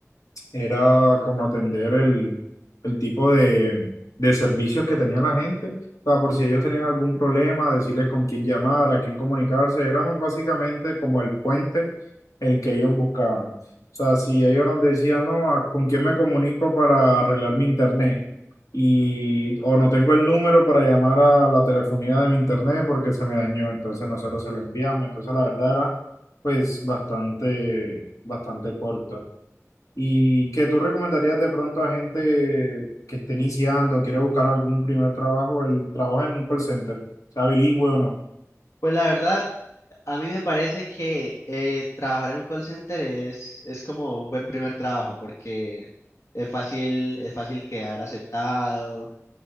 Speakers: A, on the left; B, on the left.
A: era como atender el, el tipo de, de servicios que tenía la gente. O sea, por si ellos tenían algún problema, decirles con quién llamar, a quién comunicarse. Éramos básicamente como el puente el que ellos buscaban. O sea, si ellos nos decían, no, ¿a- ¿con quién me comunico para arreglar mi internet? Y, o no tengo el número para llamar a la telefonía de mi internet porque se me dañó. Entonces nosotros se lo enviamos. Entonces la verdad era pues bastante, bastante corto. ¿Y que tú recomendarías de pronto a gente que esté iniciando, quiere buscar algún primer trabajo, el trabajo en un call center, sea bilingüe o no?
B: Pues la verdad, a mí me parece que eh, trabajar en un call center es, es como un buen primer trabajo porque es fácil, es fácil quedar aceptado